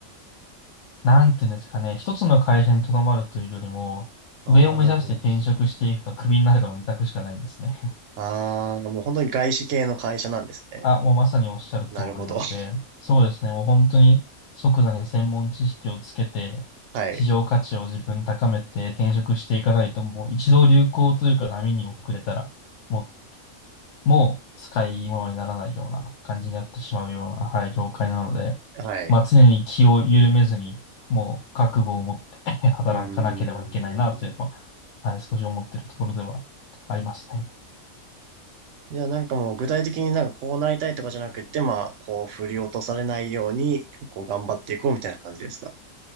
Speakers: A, on the left; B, on the right.
A: なんていうんですかね、一つの会社にとどまるというよりも、
B: ああ、
A: 上を目指して転職していくか、
B: なるほど。
A: クビになるかの二択しかないんですね。
B: ああ、もう本当に外資系の会社なんですね。
A: あ、もうまさにおっしゃる通りなので、
B: なるほど。<laughs>
A: そうですね、もう本当に即座に専門知識をつけて、
B: はい。
A: 市場価値を自分高めて転職していかないと、もう一度流行というか波に遅れたら、もう、もう使い物にならないような感じになってしまうような、はい、業界なので、
B: はい。
A: まあ常に気を緩めずに、もう覚悟を持って <laughs> 働かなければいけないなというのは、
B: うーん。
A: はい、少し思っているところではありますね。
B: じゃあなんかもう具体的になんかこうなりたいとかじゃなくて、まあ、こう振り落とされないように、こう頑張っていこうみたいな感じですか